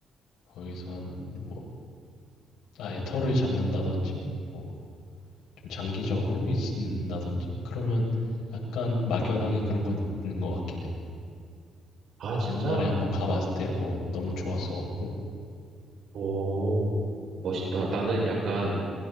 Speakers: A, on the left (about 85°); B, on the right (about 65°).
A: 거기서 한 뭐 아예 터를 잡는다든지 뭐 좀 장기적으로 있는다든지 그러면 약간 막연하게 그런 건 있는 것 같긴 해.
B: 아, 진짜?
A: 옛날에 한번 가봤을 때 어, 너무 좋았어 갖고,
B: 오, 멋있다. 나는 약간,